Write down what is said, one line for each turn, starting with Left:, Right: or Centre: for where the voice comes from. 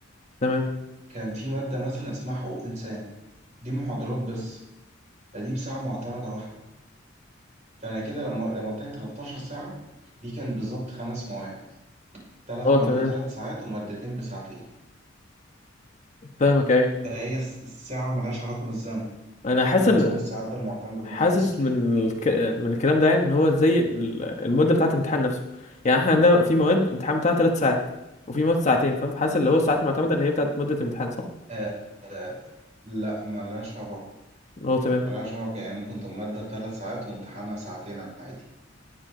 Left: تمام
Right: كان في مادة مثلا اسمها حقوق إنسان دي محاضرات بس فدي بساعة معتمدة واحدة فأنا كده لما لما قلت لك 13 ساعة دي كان بالظبط خمس مواد ثلاث
Left: اه
Right: مواد
Left: تمام
Right: بثلاث ساعات ومادتين بساعتين
Left: فاهمك ايوه
Right: فهي الس- الساعة ملهاش علاقة بالزمن
Left: انا حاسس
Right: ده نظام
Left: ان
Right: السعادة المعتمد المختصر
Left: حاسس
Right: يعني
Left: من الك... من الكلام ده يعني ان هو زي ال- المده بتاعه الامتحان نفسه يعني احنا عندنا في مواد امتحان بتاعها ثلاث ساعات وفي مواد ساعتين فاهم فحاسس اللي هو الساعات معتمده اللي هي بتاعه مده الامتحان صح
Right: آه لا ملهاش علاقة
Left: هو تمام
Right: ملهاش علاقة يعني ممكن تبقى مادة بثلاث ساعات وامتحانها ساعتين عادي